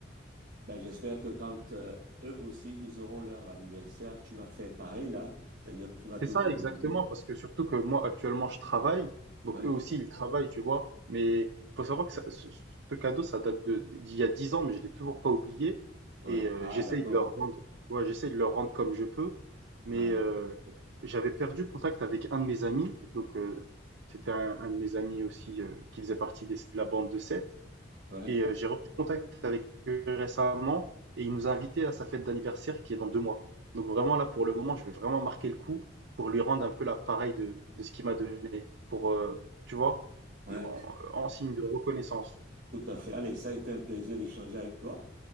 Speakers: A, on the right; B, on the right.
A: Ben, j'espère que quand euh, eux aussi, ils auront leur anniversaire, tu vas faire pareil là, c'est-à-dire que tu vas te
B: C'est ça
A: mobiliser.
B: exactement, parce que surtout que moi actuellement je travaille, donc
A: Ouais,
B: eux aussi ils travaillent, tu vois, mais faut savoir que ça- ce, ce- ce cadeau ça date de d'il y a 10 ans, mais je l'ai toujours pas oublié
A: ouais.
B: et euh,
A: Ah,
B: j'essaye
A: d'accord.
B: de leur rendre, ouais, j'essaye de leur rendre comme je peux, mais
A: Ouais,
B: euh, j'avais perdu contact avec un de mes amis, donc euh, c'était un, un de mes amis aussi euh, qui faisait partie des- de la bande de sept
A: ouais,
B: et euh, j'ai repris contact avec lui récemment et il nous a invités à sa fête d'anniversaire qui est dans deux mois. Donc vraiment là, pour le moment, je vais vraiment marquer le coup pour lui rendre un peu l'appareil de, de ce qu'il m'a donné, pour, euh, tu vois,
A: ouais.
B: en, en, signe de reconnaissance.
A: Tout à fait. Allez, ça a été un plaisir d'échanger avec toi.